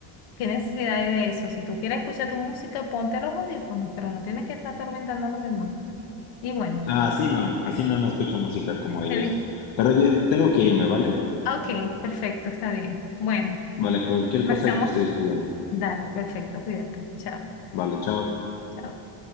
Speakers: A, on the left; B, on the left.
A: ¿qué necesidad hay de eso? Si tú quieres escuchar tu música, ponte los audífonos, pero no tienes que estar atormentando a los demás. Y bueno,
B: Ah, así no, así no, no escucho música como ellos.
A: se ven-
B: Pero oye, tengo que irme, ¿vale?
A: ok, perfecto, está bien. Bueno.
B: Vale, cualquier
A: Conversamos
B: cosa ahí te estoy escribiendo.
A: Dale, perfecto, cuídate. Chao,
B: Vale, chao.
A: chao.